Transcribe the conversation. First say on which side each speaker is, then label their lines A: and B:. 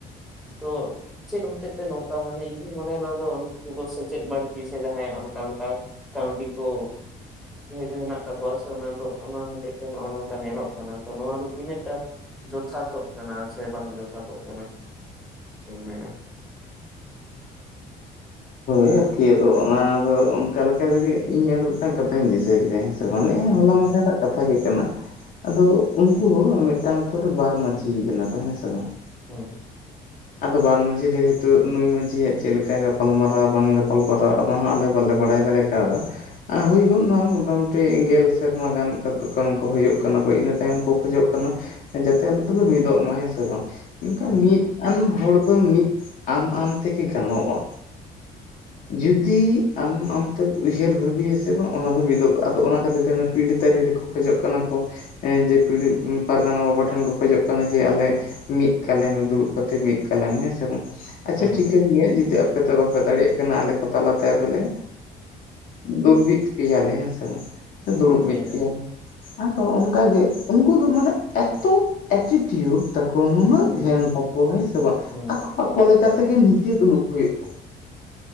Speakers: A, in the centre; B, on the left.
A: ᱫᱚ ᱪᱮᱫ ᱦᱚᱛᱮᱡ ᱛᱮ ᱱᱚᱝᱠᱟ ᱢᱟᱱᱮ ᱤᱧ ᱫᱩᱧ ᱢᱚᱱᱮᱭᱟ ᱚᱱᱟ ᱫᱚ ᱩᱱᱠᱩ ᱥᱮᱪᱮᱫ ᱵᱟᱹᱲᱛᱤ ᱥᱮ ᱡᱟᱦᱟᱸᱭᱟᱜ ᱚᱱᱠᱟ ᱞᱮᱠᱟ ᱠᱟᱹᱣᱰᱤ ᱠᱚ ᱦᱮᱱᱟᱜ ᱛᱟᱠᱚᱣᱟ ᱥᱮ ᱚᱱᱟ ᱫᱚ ᱚᱱᱟ ᱦᱚᱛᱮᱡ ᱛᱮ ᱱᱚᱜ ᱚᱭ ᱱᱚᱝᱠᱟ ᱧᱮᱞᱚᱜ ᱠᱟᱱᱟ ᱛᱚ ᱱᱚᱣᱟ ᱫᱚ ᱛᱤᱱᱟᱹᱜ‌ ᱴᱟ ᱡᱚᱛᱷᱟᱛ ᱛᱚᱜ ᱠᱟᱱᱟ ᱥᱮ ᱵᱟᱝ ᱡᱚᱛᱷᱟᱛ ᱛᱚᱜ ᱠᱟᱱᱟ ᱢᱮᱱᱟ
B: <unintelligible> ᱟᱫᱚ ᱚᱱᱟᱫᱚ ᱚᱱᱠᱟ ᱞᱮᱠᱟ ᱛᱮᱜᱮ ᱤᱧ ᱟᱨ ᱢᱤᱫᱴᱟᱝ ᱠᱟᱛᱷᱟᱧ ᱫᱤᱥᱟᱹ ᱠᱮᱫᱟ ᱢᱟᱱᱮ
A: ᱦᱩᱸ
B: ᱦᱚᱞᱟ ᱢᱟᱫᱷᱮᱨᱟᱹᱜ ᱠᱟᱛᱷᱟ ᱜᱮ ᱠᱟᱱᱟ ᱟᱫᱚ ᱩᱱᱠᱩ ᱦᱚᱸ ᱢᱤᱫᱴᱟᱝ ᱟᱛᱳ ᱨᱮ ᱵᱟᱨ ᱢᱟᱹᱡᱷᱤ ᱠᱟᱱᱟ ᱠᱚ ᱦᱮᱸ ᱥᱮ ᱵᱟᱝ
A: ᱦᱮᱸ
B: ᱟᱫᱚ ᱵᱟᱨ ᱢᱟᱺᱡᱷᱤ ᱨᱮ ᱦᱚᱭᱛᱳ ᱱᱩᱭ ᱢᱟᱡᱷᱤᱭᱟᱜ ᱪᱮᱫ ᱞᱮᱠᱟ ᱜᱟᱯᱟᱞ ᱢᱟᱨᱟᱣ ᱵᱟᱝ ᱜᱟᱯᱟᱞ ᱜᱟᱯᱟᱞ ᱢᱟᱨᱟᱣ ᱚᱱᱟ ᱦᱚᱸ ᱟᱞᱮ ᱵᱟᱞᱮ ᱵᱟᱲᱟᱭ ᱫᱟᱲᱮ ᱠᱟᱣᱫᱟ ᱟᱨ ᱦᱩᱭ ᱜᱚᱫ ᱮᱱᱟ ᱢᱚᱴᱟᱢᱩᱴᱤ ᱜᱮᱞ ᱥᱮᱨᱢᱟ ᱜᱟᱱ ᱠᱚ ᱦᱩᱭᱩᱜ ᱠᱟᱱᱟ ᱠᱚ ᱤᱱᱟᱹ ᱛᱟᱭᱚᱢ ᱠᱚ ᱠᱷᱚᱡᱚᱜ ᱠᱟᱱᱟ ᱡᱟᱛᱮ ᱟᱞᱮ ᱫᱚᱞᱮ ᱢᱤᱫᱚᱜ ᱢᱟ ᱦᱮᱸ ᱥᱮ ᱵᱟᱝ ᱢᱮᱱᱠᱷᱟᱱ
A: ᱦᱩᱸ
B: ᱢᱤᱫ ᱟᱱ ᱦᱚᱲ ᱫᱚ ᱢᱤᱫ ᱟᱢ ᱟᱢ ᱛᱮᱜᱮ ᱜᱟᱱᱚᱜᱼᱟ ᱡᱩᱫᱤ ᱟᱢ ᱟᱢ ᱛᱮᱢ ᱩᱭᱦᱟᱹᱨ ᱵᱷᱟᱹᱵᱤᱭᱟ ᱥᱮ ᱵᱟᱝ ᱚᱱᱟ ᱫᱚ ᱢᱤᱫᱚᱜᱼᱟ ᱟᱫᱚ ᱚᱱᱟ ᱠᱷᱟᱹᱛᱤᱨ ᱛᱮ ᱯᱤᱲ ᱛᱟᱹᱨᱮ ᱨᱮᱠᱚ ᱠᱷᱚᱡᱚᱜ ᱠᱟᱱᱟ ᱠᱚ ᱡᱮ ᱯᱤᱲ ᱯᱟᱨᱜᱟᱱᱟ ᱵᱟᱵᱟ ᱴᱷᱮᱱ ᱠᱚ ᱠᱷᱚᱡᱚᱜ ᱠᱟᱱᱟ ᱡᱮ ᱟᱞᱮ ᱢᱤᱫ ᱠᱟᱞᱮ ᱢᱮ ᱫᱩᱲᱩᱵ ᱠᱟᱛᱮ ᱢᱤᱫ ᱠᱟᱞᱮᱢᱮ ᱦᱮᱸᱥᱮ ᱵᱟᱝ ᱟᱪ
A: ᱦᱩᱸ
B: ᱪᱷᱟ ᱴᱷᱤᱠᱟᱹᱱ ᱜᱤᱭᱟ ᱡᱩᱫᱤ ᱟᱯᱮ ᱛᱮ ᱵᱟᱯᱮ ᱫᱟᱲᱮᱭᱟᱜ ᱟᱞᱮ ᱠᱚ ᱛᱟᱞᱟᱛᱮ ᱛᱟᱦᱮᱞᱮ ᱫᱩᱞᱵᱤᱛ ᱯᱮᱭᱟᱞᱮ ᱦᱮᱸ ᱥᱮ ᱵᱟᱝ ᱥᱮ ᱫᱩᱲᱩᱵ
A: ᱦᱳᱭ
B: ᱢᱤᱫ
A: ᱦᱳᱭ
B: ᱯᱮᱭᱟᱞᱮ ᱟᱨᱦᱚ ᱚᱱᱠᱟᱜ ᱜᱮ ᱩᱱᱠᱩ ᱫᱚ ᱢᱟᱱᱮ ᱮᱛᱚ ᱮᱴᱤᱴᱤᱭᱩᱴ ᱛᱟᱠᱚ ᱱᱩᱱᱟᱹᱜ
A: ᱦᱩᱸ
B: ᱜᱷᱮᱢ ᱛᱟᱠᱚ ᱦᱮᱸ ᱥᱮ ᱵᱟᱝ
A: ᱦᱩᱸ
B: ᱟᱠᱚ ᱟᱠᱚ ᱞᱮᱠᱟ ᱞᱮᱠᱟᱛᱮᱜᱮ ᱱᱤᱡᱮ ᱫᱩᱲᱩᱵ ᱦᱩᱭᱩᱜᱼᱟ